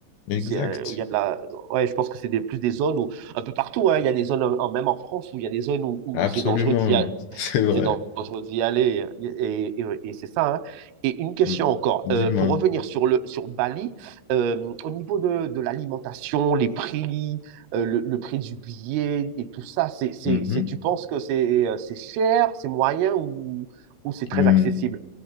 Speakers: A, on the left; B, on the right.
A: Exact.
B: où c'est, euh, où il y a de la. Ouais, je pense que c'est des, plus des zones où, un peu partout, hein, il y a des zones, euh, même en France, où il y a des zones où, où-
A: Absolument.
B: où c'est dangereux d'y
A: <laughs> C'est vrai.
B: c'est dangereux d'y aller. Et, et- et c'est ça. hein. Et une question
A: Mm.
B: encore.
A: Dis-moi.
B: Euh, pour revenir sur, le, sur Bali, euh, au niveau de, de l'alimentation, les prix, euh, le, le prix du billet et tout ça, c'est, c'est,
A: Mhm.
B: c'est- tu penses que c'est euh, c'est cher, c'est moyen ou, ou c'est très
A: Mm.
B: accessible?